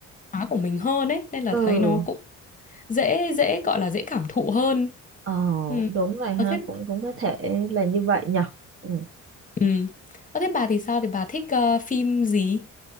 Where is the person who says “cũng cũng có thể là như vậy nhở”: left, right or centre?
Right